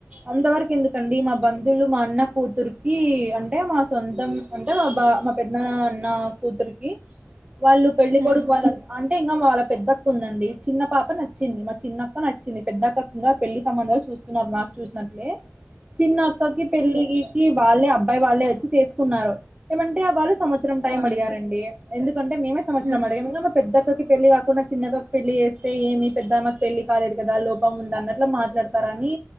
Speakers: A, on the right (about 20°); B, on the right (about 55°).
A: అంత వరకు ఎందుకండి మా బ లు మా అన్న కూతుర్కి అంటే మా సొంతం అంటే మా బా మా పెద్ద నాన్న అన్న కూతురికి వాళ్ళు పెళ్లి
B: హ్మ్
A: కొొడుకు వాళ్ళ అంటే ఇంకా వాళ్ళ పెద్దక్క ఉందండి చిన్న పాప నచ్చింది మా చిన్నక్క నచ్చింది పెద్దక్క ఇంకా పెళ్లి సంబధాలు చూస్త న్నార్ నాకు చూసినట్లే
B: ఓ
A: చిన్న అక్కకి పెళ్ళికి వాళ్ళే అబ్బాయి వాళ్ళే వచ్చి చేసుకున్నారు ఏమంటే వాళ్ళు సంవత్సరం టైం
B: అవును.
A: అడిగారండి ఎందుకంటే మేమే సంవత్సరం
B: హ్మ్
A: అడిగ పెద్దక్కకి పెళ్లి కాకుండా చిన్న అక్కకి పెళ్లి చేస్తె ఏమి పెద్దమ్మకి పెళ్లి కాలేదు కదా లోపం ఉంద అన్నట్లా మాట్లాడుత స్తార్ అని